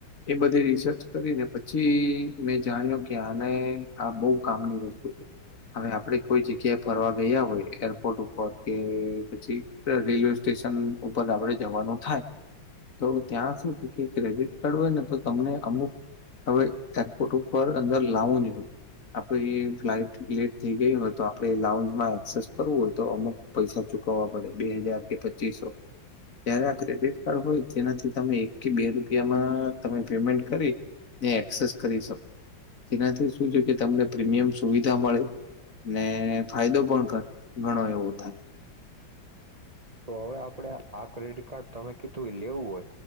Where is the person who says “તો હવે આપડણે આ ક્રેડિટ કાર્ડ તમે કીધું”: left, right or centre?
Right